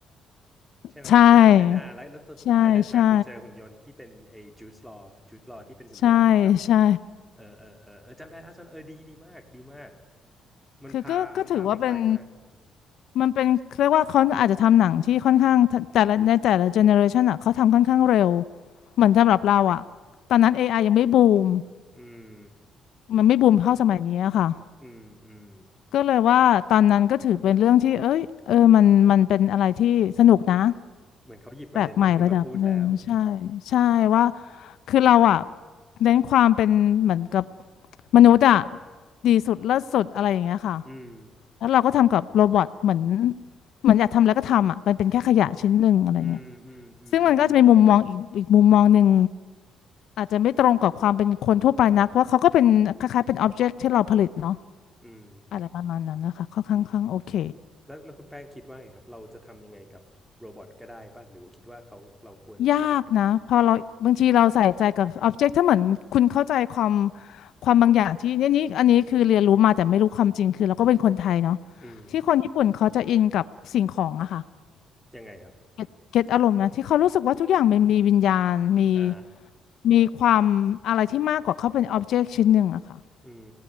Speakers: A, in the centre; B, on the left.
A: ใช่ไหมเป็นเด็กที่อ่าแล้วแล้วตอนสุดท้ายเดินทางไปเจอหุ่นยนต์ที่เป็นไอ้จูดลอว์จูดลอว์ที่เป็นหุ่นยนต์เหมือนกับ
B: ใช่ใช่ใช่ใช่ใช่
A: เออเออเออเออจำได้ท่าส้นเออดีดีมากดีมากมันพาพาไปไกลมาก
B: คือก็ก็ถือว่าเป็นมันเป็นเรียกว่าเขาอาจจะทำหนังที่ค่อนข้างทะแต่ละในแต่ละเจเนอเรชันอ่ะเขาทำค่อนข้างเร็วเหมือนสำหรับเราอ่ะตอนนั้น AI ยังไม่บูม
A: อืม
B: มันไม่บูมเท่าสมัยนี้อะค่ะ
A: อืมอืม
B: ก็เลยว่าตอนนั้นก็ถือเป็นเรื่องที่เอ้ยเออมันมันเป็นอะไรที่สนุกนะ
A: เหมือนเขาหยิบประเด็นนี้ขึ้นมาพูดแล้ว
B: แปลกใหม่ระดับหนึ่งใช่ใช่ว่าคือเราอ่ะเน้นความเป็นเหมือนกับมนุษย์อ่ะดีสุดเลิศสุดอะไรอย่างเงี้ยค่ะ
A: อืม
B: แล้วเราก็ทำกับโรบอทเหมือนเหมือนอยากทำแล้วก็ทำอ่ะมันเป็นแค่ขยะชิ้นหนึ่งอะไรเงี้ย
A: อืมอืมอืม
B: ซึ่งมันก็จะเป็นมุมมองอีกอีกมุมมองหนึ่งอาจจะไม่ตรงกับความเป็นคนทั่วไปนักว่าเขาก็เป็นคล้ายๆเป็นอ็อบเจกต์ที่เราผลิตเนาะ
A: อืม
B: อะไรประมาณนั้นนะคะค่อนข้างข้างโอเค
A: อืมแล้วแล้วคุณแป้งคิดว่าไงครับเราจะทำยังไงกับโรบอทก็ได้ป่ะหรือว่าคิดว่าเขาเราควรจะแบบ
B: ยากนะพอเราบางทีเราใส่ใจกับ object ถ้าเหมือนคุณเข้าใจความความบางอย่างที่เนี่ยนี่อันนี้คือเรียนรู้มาแต่ไม่รู้ความจริงคือเราก็เป็นคนไทยเนาะ
A: อืม
B: ที่คนญี่ปุ่นเขาจะอินกับสิ่งของอะค่ะ
A: ยังไงครับ
B: เก็ตเก็ตอารมณ์นะที่เขารู้สึกว่าทุกอย่างมันมีวิญญาณมี
A: อ่า
B: มีความอะไรที่มากกว่าเขาเป็น object ชิ้นหนึ่งอะค่ะ
A: อืม